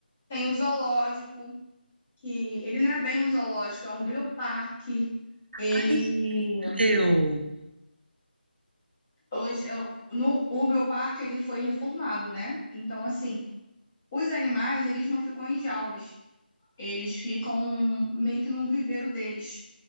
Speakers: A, in the centre; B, on the right (about 70°).
A: Tem o zoológico, que ele não é bem um zoológico, é um bioparque. Ele
B: Ai, que incrível!
A: hoje eu- no o bioparque ele foi reformado, né? Então assim, os animais eles não ficam em jaulas. eles ficam meio que num viveiro deles.